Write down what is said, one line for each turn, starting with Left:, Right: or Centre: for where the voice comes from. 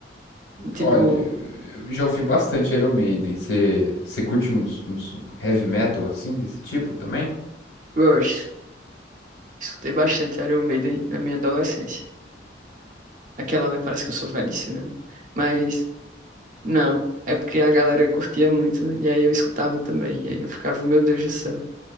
Right: Tipo,
Left: Olha, eu já ouvi bastante Iron Maiden. Você curte uns, uns heavy metal assim, desse tipo também?
Right: Rush. Escutei bastante Iron Maiden na minha adolescência. Aquela, né? Parece que eu sou velhíssimo, né? Mas, não. É porque a galera curtia muito. né? E aí eu escutava também. E aí eu ficava, meu Deus do céu.